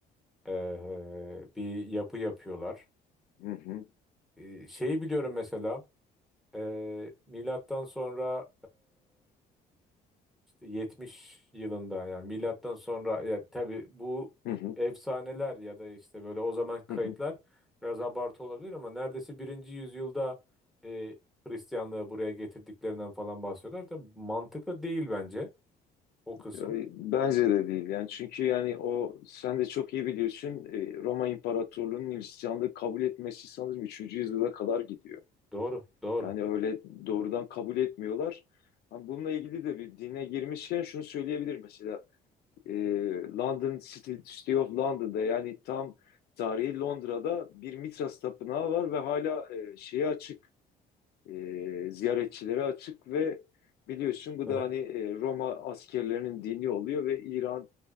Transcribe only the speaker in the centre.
eee, bir yapı yapıyorlar.
Eee, şeyi biliyorum mesela eee, milattan sonra 70 yılında yani milattan sonra ya tabii bu
efsaneler ya da işte böyle o zaman kayıtlar
biraz abartı olabilir ama neredeyse birinci yüzyılda e, Hristiyanlığı buraya getirdiklerinden falan bahsediyorlar. Tabii mantıklı değil bence o kısım.
Doğru, doğru.
Hı
hı,